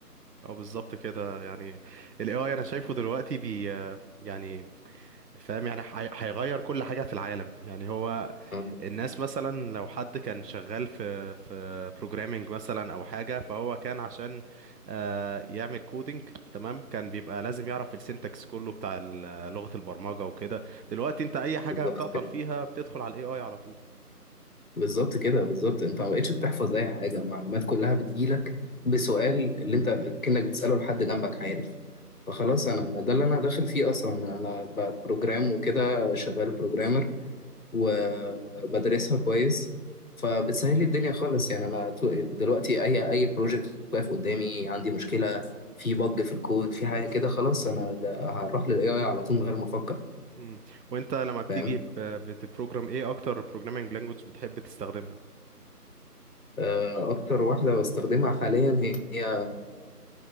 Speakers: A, on the right (about 85°); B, on the left (about 60°).
A: اه بالظبط كده يعني ال AI أنا شايفه دلوقتي بي آه، يعني فاهم يعني هي- هيغير كل حاجة في العالم يعني هو
B: آه،
A: الناس مثلا لو حد كان شغال في في بروجرامينج مثلا او حاجه فهو كان عشان آه، يعمل كودينج تمام كان بيبقى لازم يعرف السنتكس كله بتاع ال- آه، لغه البرمجه وكده دلوقتي انت اي حاجه
B: بالظبط
A: بتعطل
B: كده
A: فيها بتدخل على الاي اي على طول
B: بالظبط كده بالظبط انت ما بقتش بتحفظ اي حاجة المعلومات كلها بتجيلك بسؤال اللي انت كأنك بتسأله لحد جنبك عارف فخلاص انا ده اللي انا داخل فيه اصلا انا أنا ب- بروجرام وكده شغال بروجرامر وبدرسها كويس فبتسهل لي الدنيا خالص يعني انا تو- دلوقتي اي اي بروجكت واقف قدامي عندي مشكله في بج في الكود في حاجه كده خلاص انا ده- هروح للاي اي على طول من غير ما افكر
A: مم. وانت لما بتيجي
B: فاهم
A: ب- بتبروجرام ايه اكتر بروجرامينج لانجوج بتحب تستخدمها
B: آه، اكتر واحده بستخدمها حاليا هي هي